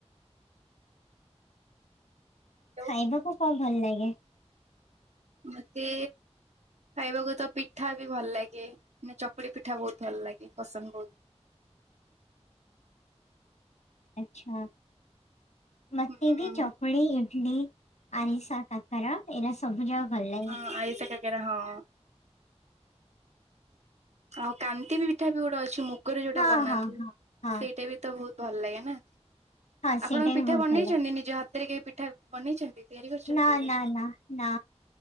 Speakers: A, on the right; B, on the left.
A: ହ୍ୟାଲୋ
B: ଖାଇବାକୁ କଁ ଭଲ ଲାଗେ?
A: ମତେ ଖାଇବାକୁ ତ ପିଠା ବି ଭଲ ଲାଗେ। ମାନେ ଚକୁଳି ପିଠା ବହୁତ ଭଲ ଲାଗେ। ପସନ୍ଦ ବହୁତ।
B: ଆଚ୍ଛା ମତେବି
A: ହୁଁ
B: ଚକୁଳି ଇଟିଲି ଆରିଶା କାକରା। ଏରା ସବୁ ଯାକ ଭଲ ଲାଗେ।
A: ହଁ ଆରିସା କାକରା ହଁ। ଆଉ କାନ୍ତି ପିଠା ବି ଗୋଟେ ଅଛି ମୁଗରେ ଯୋଉଟା
B: ହଁ
A: ବନାନ୍ତି।
B: ହଁ ହଁ ହଁ
A: ସେଇଟା ବି ତ ବହୁତ ଭଲ ଲାଗେ ନା
B: ହଁ
A: ଆପଣଙ୍କ
B: ସେଇଟା
A: ପିଠା
B: ବି ବହୁତ
A: ବନେଇଛନ୍ତି?
B: ଭଲ ଲାଗେ।
A: ନିଜ ହାତରେ କେବେ ପିଠା ବନେଇଛନ୍ତି? ତିଆରି କରିଛନ୍ତି
B: ନା
A: କେବେ?
B: ନା ନା ନା